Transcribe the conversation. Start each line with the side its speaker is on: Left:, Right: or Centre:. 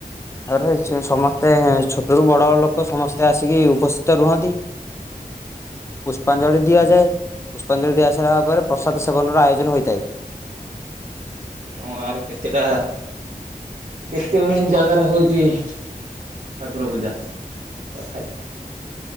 Left: ଆରେ ସମସ୍ତେ ଛୋଟରୁୁ ବଡ ଲୋକ ସମସ୍ତେ ଆସିକି ଉପସ୍ଥିତ ରୁହନ୍ତି ପୁଷ୍ପାଞ୍ଜଳି ଦିଆଯାଏ। ପୁଷ୍ପାଞ୍ଜଳି ଦିଆସାରିଲା ପରେ ପ୍ରସାଦ ସେବନର ଆୟୋଜନ ହୋଇଥାଏ।
Right: ତମ ଗାଁରେ କେତେଟା କେତେ ଜାଗାରେ ହଉଛି। ଯେ ଠାକୁର ପୂଜା ତ ଖାଇ